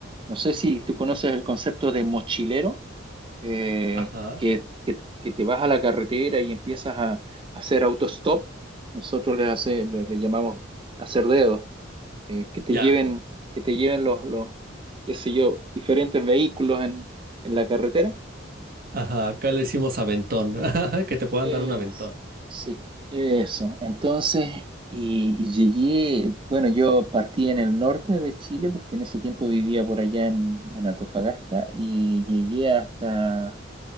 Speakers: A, on the right; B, on the right.
A: no sé si tú conoces el concepto de mochilero, eh,
B: Ajá,
A: que, que- que te vas a la carretera y empiezas a, a hacer autostop. Nosotros le, hace- le le llamamos hacer dedo eh, que te
B: ya.
A: lleven que te lleven los, los, qué sé yo, diferentes vehículos en, en la carretera.
B: Ajá, acá le decimos aventón. <laughs> Que te puedan
A: Es-
B: dar un aventón.
A: sí, eso. Entonces, y, y llegué, bueno, yo partí en el norte de Chile porque en ese tiempo vivía por allá en, en Antofagasta y llegué hasta,